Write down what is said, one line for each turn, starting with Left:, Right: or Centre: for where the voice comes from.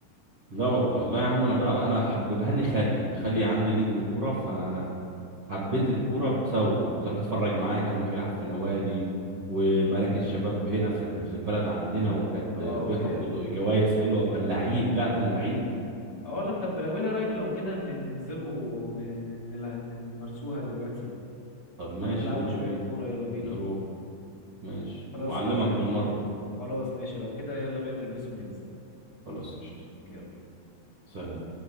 Right: لا والله لا يا عم انا بلعبها انا حببهاني خالي خالي عندي نجم
Left: مم.
Right: كوره فانا حبيت الكوره بسببه كنت اروح اتفرج معاه كان يروح يلعب في نوادي ومراكز شباب هنا في في البلد عندنا وكانت
Left: اه
Right: بياخد
Left: فاهم
Right: جوائز حلوه وكان لعيب لا كان لعيب
Left: اه لا طب لا قولي رأيك لو كده ن- ننزلوا ن- ن- نلع- ن- نمارسوها دلوقتي
Right: طب ماشي
Left: نروح نلعبوا
Right: يلا
Left: شوية
Right: بينا
Left: كورة يلا بينا
Right: نروح ماشي
Left: خلاص
Right: وأعلمك
Left: يلا
Right: بالمرة
Left: خلاص ماشي لو كده يلا بينا نلبس وننزل
Right: خلاص قشطة
Left: يلا
Right: سلام